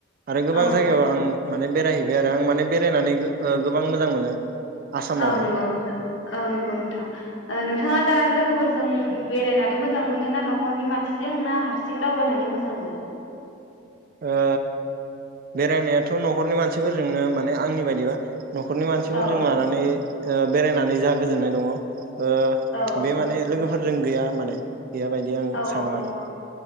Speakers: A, on the right (about 45°); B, on the left (about 70°).
A: आरो गोबां
B: औ
A: जायगायाव आं माने बेरायहै बाय आरो आं माने बेरायनानै गो गोबां मोजां मोनो आसामावनो
B: औ नंगौ नोंथां औ नंगौ नोंथां ओ नोंथाङा दा लोगोफोर जों बेरायनानै मोजां मोनो ना न'खरनि मानसिजों ना हारसिं दावबायनानै मोजां मोनो
A: ओ बेरायनायाथ' न'खरनि मानसिफोरजोंनो माने आंनि बायदिबा न'खरनि मानसिफोर
B: औ
A: जों लानानै ओ बेरायनानै जाहा गोजोननाय दङ। ओ
B: औ औ
A: बे माने लोगोफ फोरजों गैया माने गैया बायदि आं
B: औ
A: सानो माने
B: नंगौ